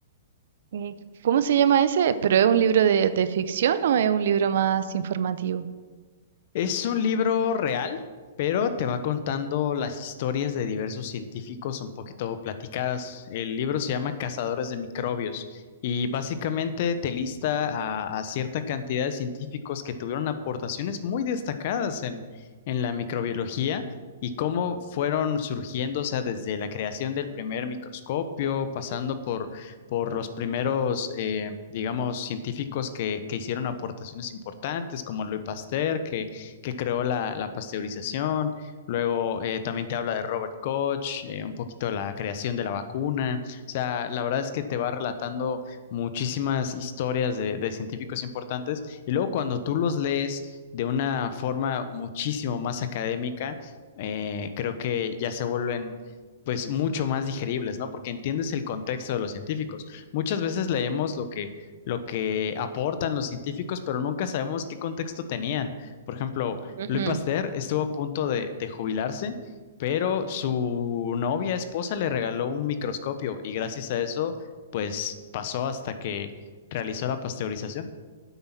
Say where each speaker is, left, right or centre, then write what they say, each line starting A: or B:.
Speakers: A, on the right; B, on the left.
A: Sí. ¿Cómo se llama ese? ¿Pero es un libro de, de ficción o es un libro más informativo?
B: Es un libro real, pero te va contando las historias de diversos científicos un poquito platicadas. El libro se llama Cazadores de Microbios y básicamente te lista a, a cierta cantidad de científicos que tuvieron aportaciones muy destacadas en, en la microbiología y cómo fueron surgiendo, o sea, desde la creación del primer microscopio, pasando por, por los primeros, eh, digamos, científicos que, que hicieron aportaciones importantes, como Louis Pasteur, que que creó la, la pasteurización. Luego eh, también te habla de Robert Koch, eh, un poquito de la creación de la vacuna. O sea, la verdad es que te va relatando muchísimas historias de, de científicos importantes. Y luego cuando tú los lees de una forma muchísimo más académica, eh, creo que ya se vuelven pues mucho más digeribles, ¿no? Porque entiendes el contexto de los científicos. Muchas veces leemos lo que, lo que aportan los científicos, pero nunca sabemos qué contexto tenían por ejemplo,
A: Ujú.
B: Louis Pasteur estuvo a punto de, de jubilarse, pero su novia, esposa, le regaló un microscopio y gracias a eso, pues pasó hasta que realizó la pasteurización.